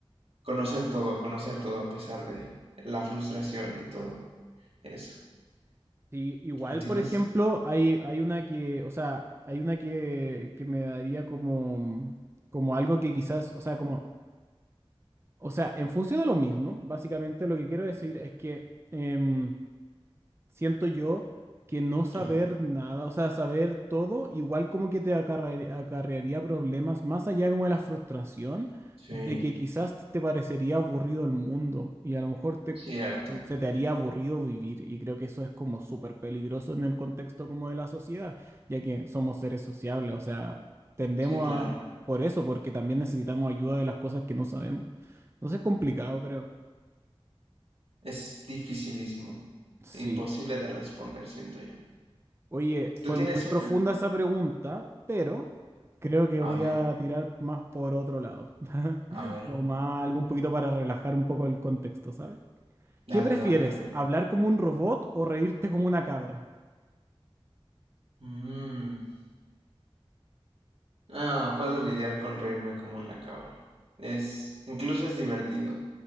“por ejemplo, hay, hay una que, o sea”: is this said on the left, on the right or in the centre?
Right